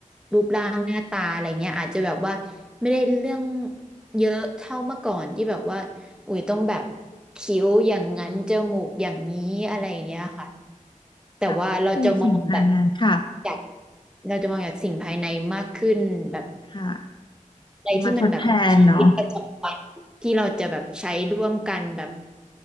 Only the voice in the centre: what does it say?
รูปร่างหน้าตาอะไรเงี้ยอาจจะแบบว่าไม่ได้เรื่องเยอะเท่าเมื่อก่อนที่แบบว่าอุ้ยต้องแบบคิ้วอย่างนั้นจมูกอย่างนี้อะไรอย่างเงี้ยค่ะแต่ว่าเราจะมองแบบ
จากเราจะมองจากสิ่งภายในมากขึ้นแบบ
อะไรที่มันแบบชีวิตประจำวันที่เราจะแบบใช้ร่วมกันแบบ